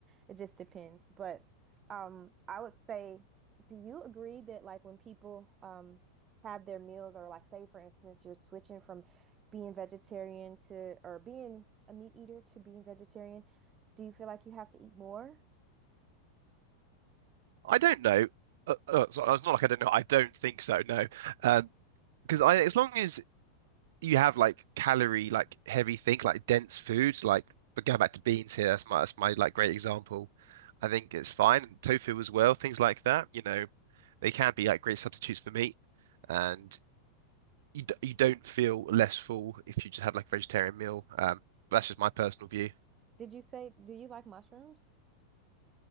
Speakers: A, on the right (about 25°); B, on the right (about 55°).
A: it just depends. But um I would say, do you agree that like when people um have their meals or like say for instance you're switching from being vegetarian to or being a meat eater to being vegetarian, do you feel like you have to eat more?
B: I don't know. Uh, uh, so uh, it's not like I don't know. I don't think so, no. Um, because I, as long as you have like calorie, like heavy things, like dense foods, like but going back to beans here, that's my that's my like great example. I think it's fine. And tofu as well, things like that. You know, they can be like great substitutes for meat, and you d- you don't feel less full if you just have like a vegetarian meal. Um, that's just my personal view.
A: Did you say, do you like mushrooms?